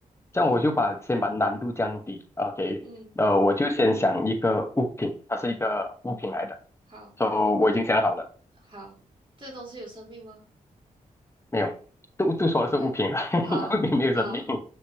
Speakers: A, on the left; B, on the right.
A: 这样我就把先把难度降低，OK，
B: 嗯嗯，
A: 呃，我就先想一个物品，它是一个物品来的
B: 好
A: ，so 我已经想好了，
B: 好，这东西有生命吗？
A: 没有，都都说的是物品了，
B: 没有，
A: <laughs>
B: 好好
A: 物品没有生命，